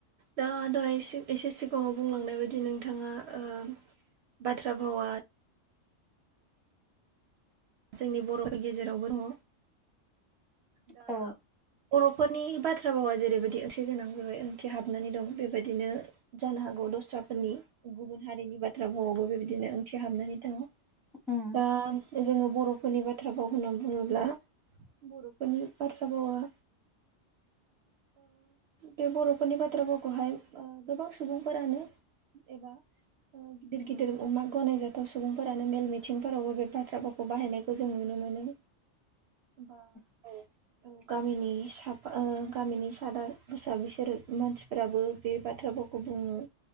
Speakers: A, on the right (about 65°); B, in the centre.
A: दा दहाय एसे एसे सिगाङाव बुंलांनाय बायदि नोंथाङा ओ बाथ्रा भावा जोंनि बर'नि गेजेरावबो दङ ओ दा
B: औ
A: बर'फोरनि बाथ्रा भावा जेरैबायदि ओंथि गोनां बेवहाय ओंथि हाबनानै दं बेबायदिनो जानो हागौ दस्राफोरनि गुबुन हारिनि बाथ्रा बुङावबो बेबायदिनो ओंथि हाबनानै दङ।
B: उम
A: दा जोङो बर'फोरनि बाथ्रा बाव होनना बुङोब्ला बर'फोरनि बाथ्रा बावा बे बर'फोरनि बाथ्राफोरखौहाय गोबां सुबुंफोरानो एबा गिदिर गिदिर अमा गनायजाथाव सुबुंफोरानो मेल मिथिंफोरावबो बे बाथ्रा भावखौ खौ बाहायनायखौ जों नुनो मोनो बा
B: <inaudible>
A: औ गामिनि सफा गामिनि सादा बुसा बिसोर मानसिफोराबो बे बाथ्राफोरखौ बुङो